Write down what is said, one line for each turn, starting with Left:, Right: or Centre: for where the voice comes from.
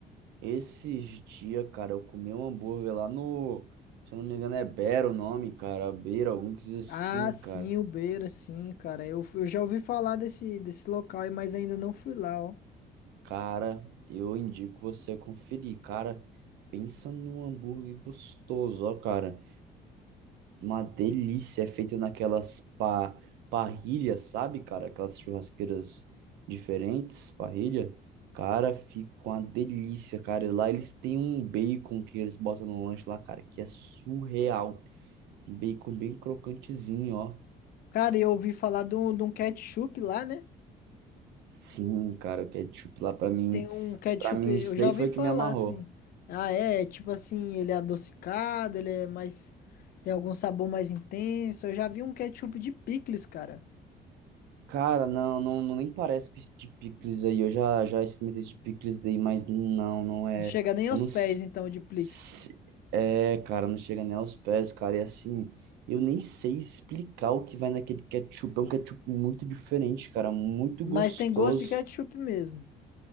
Right: esses dias, cara, eu comi um hambúrguer lá no. Se eu não me engano, é Beira o nome, cara. Beira, algum que diz
Left: Ah,
Right: assim,
Left: sim,
Right: cara.
Left: o Beira, sim, cara. Eu, eu já ouvi falar desse, desse local, aí, mas ainda não fui lá, ó.
Right: Cara, eu indico você conferir, cara. Pensa num hambúrguer gostoso, ó, cara. Uma delícia, é feito naquelas pa parrilhas, sabe, cara? Aquelas churrasqueiras diferentes, parrilha. Cara, fica uma delícia, cara. E lá eles têm um bacon que eles botam no lanche lá, cara, que é surreal. Um bacon bem crocantezinho, ó.
Left: Cara, eu ouvi falar de um de um ketchup lá, né?
Right: Sim, cara, o ketchup lá pra mim,
Left: Tem um ketchup,
Right: pra mim
Left: eu
Right: isso
Left: já
Right: daí
Left: ouvi
Right: foi
Left: falar
Right: o que me amarrou.
Left: assim. Ah, é, é tipo assim, ele é adocicado, ele é mais. Tem algum sabor mais intenso. Eu já vi um ketchup de picles, cara.
Right: Cara, não, não, não nem parece com esse de picles aí. Eu já, já experimentei esse de picles daí, mas não, não é.
Left: Não chega nem aos
Right: Eu não.
Left: pés,
Right: s-
Left: então, de picles.
Right: se- É, cara, não chega nem aos pés, cara. E assim, eu nem sei explicar o que vai naquele ketchup. É um ketchup muito diferente, cara, muito
Left: Mas
Right: gostoso.
Left: tem gosto de ketchup mesmo.